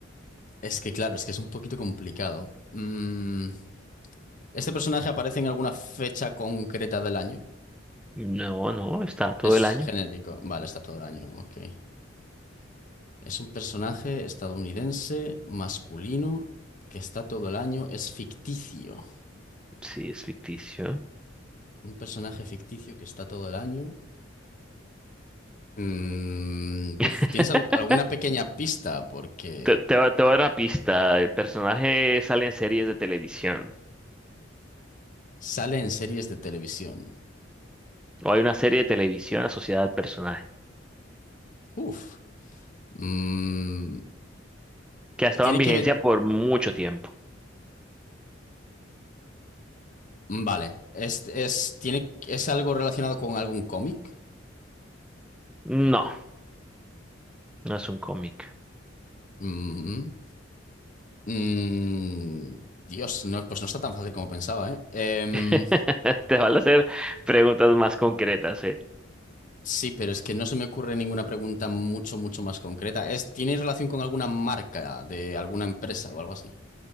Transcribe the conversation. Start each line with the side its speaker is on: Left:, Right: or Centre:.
Left: es que claro, es que es un poquito complicado. Mm, ¿este personaje aparece en alguna fecha concreta del año?
Centre: No, no, está todo
Left: Es
Centre: el año.
Left: genérico, vale, está todo el año, ok. Es un personaje estadounidense, masculino, que está todo el año, es ficticio.
Centre: Sí, es ficticio.
Left: Un personaje ficticio que está todo el año. Mm, buf,
Centre: <laughs>
Left: ¿tienes al- alguna pequeña pista? Porque
Centre: Te, te, va- te voy a dar una pista. El personaje sale en series de televisión.
Left: sale en series de televisión.
Centre: O hay una serie de televisión asociada al personaje,
Left: Uf. Mm,
Centre: que ha estado
Left: tiene
Centre: en vigencia
Left: que ver.
Centre: por mucho tiempo.
Left: mm, Vale. Es, es, tiene, es algo relacionado con algún cómic.
Centre: No, no es un cómic.
Left: Mm, mm. Mm, Dios, no, pues no está tan fácil como pensaba, ¿eh? Em,
Centre: <laughs> Te van a hacer preguntas más concretas, ¿eh?
Left: Sí, pero es que no se me ocurre ninguna pregunta mucho, mucho más concreta. Es, ¿tiene relación con alguna marca de alguna empresa o algo así?